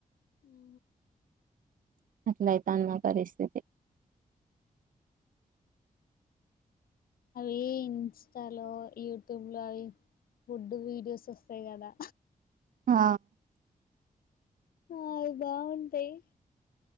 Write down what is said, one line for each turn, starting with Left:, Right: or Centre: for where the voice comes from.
Left: ఉ
Right: ఎట్లా తాన్మా పరిస్థితి
Left: అవి ఇంస్టాలో యూట్యూబ్ లో అవి ఫుడ్ వీడియోస్ వస్తాయి కదా
Right: ఆ
Left: ఆ అ బాగుంతాయి